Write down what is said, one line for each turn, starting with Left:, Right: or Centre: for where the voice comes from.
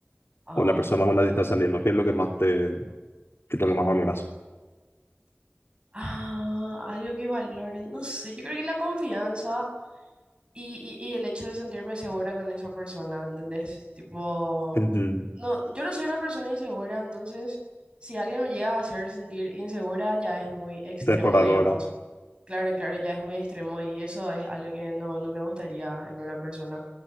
Right: Ajá.
Left: O la persona con la que estás saliendo, ¿qué es lo que más te, qué es lo que más valorás?
Right: Ah, algo que valoren. No sé, yo creo que la confianza y, y, y el hecho de sentirme segura con esa persona, ¿entendés? Tipo.
Left: Mm,
Right: No, yo no soy una persona insegura, entonces si alguien me llega a hacer sentir insegura ya es muy extremo,
Left: De por ahora,
Right: digamos. Claro, claro, ya es muy extremo y eso es algo que no, no me gustaría en una persona.